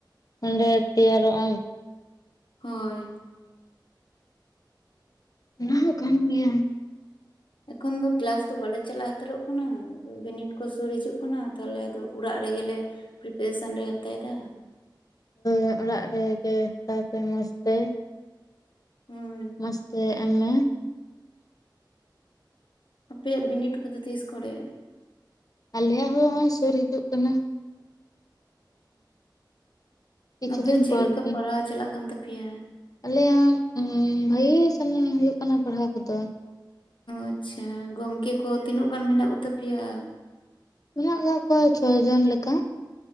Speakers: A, on the left (about 50°); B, on the left (about 85°).
A: ᱚᱸᱰᱮ ᱛᱮᱭᱟᱨᱚᱜ ᱟᱢ
B: ᱦᱚᱭ
A: ᱚᱱᱟ ᱦᱚᱸ ᱠᱷᱟᱱ ᱜᱮᱭᱟ
B: ᱮᱠᱷᱚᱱ ᱫᱚ ᱠᱮᱞᱟᱥ ᱫᱚ ᱵᱟᱞᱮ ᱪᱟᱞᱟ ᱦᱟᱛᱟᱨᱚᱜ ᱠᱟᱱᱟ ᱵᱤᱱᱤᱰ ᱠᱚ ᱥᱩᱨ ᱦᱤᱡᱩᱜ ᱠᱟᱱᱟ ᱛᱟᱦᱞᱮ ᱟᱫᱚ ᱚᱲᱟᱜ ᱨᱮᱜᱮ ᱞᱮ ᱯᱨᱤᱯᱟᱨᱮᱥᱟᱱ ᱞᱮ ᱦᱟᱛᱟᱭ ᱮᱫᱟ
A: ᱟᱨ ᱚᱨᱟᱜ ᱨᱮᱜᱮ ᱦᱟᱛᱟᱣ ᱯᱮ ᱢᱚᱡᱽ ᱛᱮ
B: ᱦᱳᱭ
A: ᱢᱚᱡᱽ ᱛᱮ ᱮᱢ ᱢᱮ
B: ᱟᱯᱮᱭᱟᱜ ᱵᱤᱱᱤᱰ ᱠᱚᱫᱚ ᱛᱤᱥ ᱠᱚᱨᱮ?
A: ᱟᱞᱮᱭᱟᱜ ᱦᱚᱸ ᱱᱚᱜᱼᱚᱭ ᱥᱳᱨ ᱦᱤᱡᱩᱜ ᱠᱟᱱᱟ ᱾ ᱠᱤᱪᱷᱩ
B: ᱚ ᱟᱯᱮᱭᱟᱜ
A: ᱫᱤᱱ
B: ᱪᱮᱫ
A: ᱯᱚᱨ
B: ᱞᱮᱠᱟ
A: ᱜᱮ
B: ᱯᱟᱲᱦᱟᱣ ᱪᱟᱞᱟᱜ ᱠᱟᱱ ᱛᱟᱯᱮᱭᱟ?
A: ᱟᱞᱮᱭᱟᱜ ᱵᱷᱟᱜᱤ ᱜᱮ ᱥᱮᱱ ᱦᱩᱭᱩᱜ ᱠᱟᱱᱟ ᱯᱟᱲᱦᱟᱣ ᱠᱚᱫᱚ,
B: ᱟᱪᱪᱷᱟ ᱜᱚᱢᱠᱮ ᱠᱚ ᱛᱤᱱᱟᱹᱜ ᱜᱟᱱ ᱢᱮᱱᱟᱜ ᱠᱚ ᱛᱟᱯᱮᱭᱟ?
A: ᱢᱮᱱᱟᱜ ᱠᱟᱜ ᱠᱚᱣᱟ ᱪᱷᱚ ᱡᱚᱱ ᱞᱮᱠᱟ ᱾